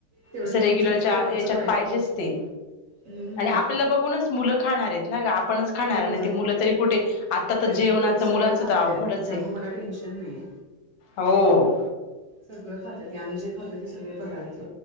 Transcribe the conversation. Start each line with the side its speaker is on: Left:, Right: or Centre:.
Right: तेवढे
Left: असं
Right: दोन
Left: रेग्युलरच्या
Right: चमचे तर रोजचं
Left: याच्यात पाहिजेच ते
Right: हम्म
Left: आणि आपल्याला बघूनच मुलं खाणार आहेत. ना ग आपणच खाणार
Right: होय.
Left: नाही ते मुलं तरी कुठे आता
Right: माझी
Left: तर जेवणाच
Right: पोरगी सगळं
Left: मुलांच
Right: खात्या
Left: तर अवघडच
Right: त्यामुळे
Left: आहे.
Right: टेन्शन नाहीये
Left: हो
Right: सगळं खातात आम्ही जे खाताचे सगळे पदार्थ.